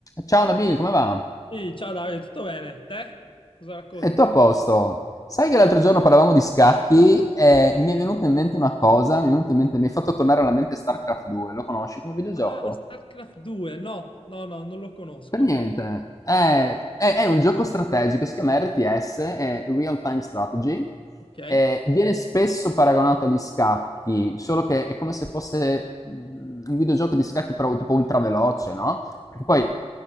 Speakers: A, on the left (about 30°); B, on the left (about 50°).
A: Ciao Nabil, come va?
B: Sì, ciao Davide, tutto bene? Te? Cosa racconti?
A: E tu a posto? Sai che l'altro giorno parlavamo di scacchi e mi è venuta in mente una cosa, mi è venuta in mente, mi hai fatto tornare alla mente StarCraft 2, lo conosci come videogioco?
B: Ah, StarCraft 2, no, no, no, non lo conosco.
A: Per niente. È, è- è un gioco strategico, si chiama RTS, è Real Time Strategy,
B: Ok.
A: e viene spesso paragonato agli scacchi, solo che è come se fosse mm, un videogioco di scacchi però tipo ultra veloce, no? Perché poi